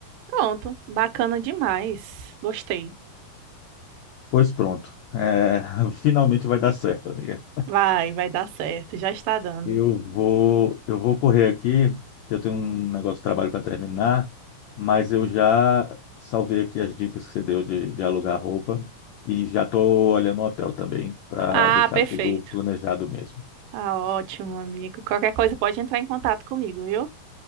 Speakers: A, on the right; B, on the left.
A: pronto, bacana demais. Gostei.
B: Pois pronto, Eh, <laughs> finalmente vai dar certo, amiga.
A: Vai, vai dar certo, já está dando.
B: Eu vou, eu vou correr aqui, que eu tenho um negócio de trabalho para terminar, mas eu já salvei aqui as dicas que você deu de, de alugar roupa e já estou olhando o hotel também para
A: Ah,
B: deixar
A: perfeito.
B: tudo planejado mesmo.
A: Tá ótimo, amigo. Qualquer coisa pode entrar em contato comigo, viu?